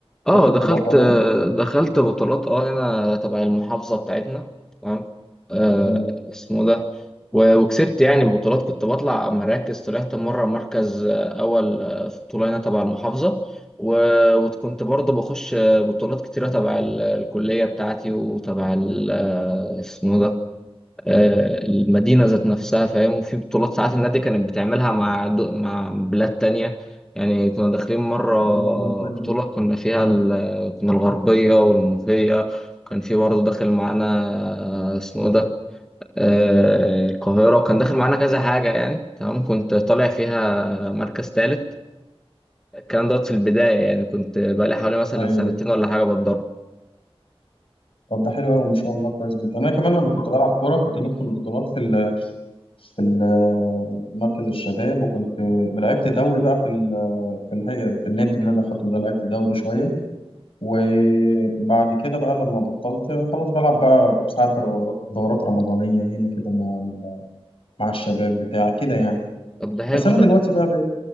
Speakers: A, in the centre; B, on the left.
A: اه
B: خدت بطولات
A: دخلت
B: او حاجه
A: دخلت بطولات اه هنا تبع المحافظة بتاعتنا تمام آه
B: امم
A: اسمه ده و- وكسبت يعني بطولات كنت بطلع مراكز طلعت مرة مركز آه، أول آه، في بطولة هنا تبع المحافظة و- وكنت برضه بخش آه، بطولات كتيرة تبع ال- الكلية بتاعتي وتبع ال- آه، اسمه ده آه، المدينة ذات نفسها فاهم وفي بطولات ساعات النادي كانت بتعملها مع دو... مع بلاد تانية يعني كنا داخلين مرة
B: الموضوع كويس
A: بطولة
B: جدا
A: كنا فيها
B: امم
A: ال... كنا الغربية والمنوفية كان في برضه داخل معانا آه، اسمه ده آه، القاهرة وكان داخل معانا كذا حاجة يعني تمام كنت طالع فيها مركز تالت الكلام دوت في البداية يعني كنت بقالي حوالي مثلا
B: ايوه
A: سنتين ولا حاجة بتدرب
B: طب ده حلو قوي ما شاء الله كويس جدا انا كمان لما كنت بلعب كوره كنت بدخل بطولات في ال... في ال- مركز الشباب وكنت لعبت دوري بقى في ال... في الهيئه في النادي اللي انا دخلته ده لعبت دوري شويه وبعد كده بقى لما بطلت خلاص بلعب بقى ساعات دورات دورات رمضانية هنا كده مع ال- مع الشباب بتاع كده يعني
A: طب ده حلو
B: بس أنا دلوقتي بقى بقيت